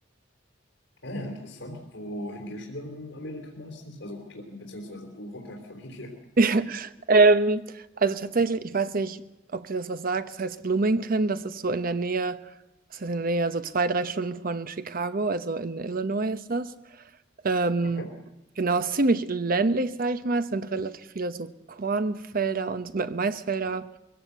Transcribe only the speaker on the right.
<laughs> Ähm, also tatsächlich, ich weiß nicht, ob dir das was sagt. Das heißt Bloomington, das ist so in der Nähe, das ist in der Nähe, so zwei, drei Stunden von Chicago, also in Illinois ist das. Ähm,
genau, ist ziemlich ländlich, sage ich mal. Es sind relativ viele so Kornfelder und Ma- Maisfelder.